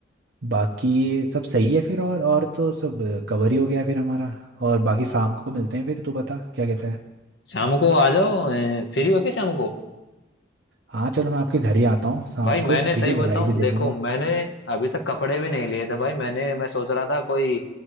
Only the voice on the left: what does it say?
शाम को आ जाओ फ्री हो के शाम को
भाई मैंने
सही
बताऊं
देखो
मैंने अभी तक कपड़े भी नहीं लिए थे भाई मैंने मैं सोच रहा था कोई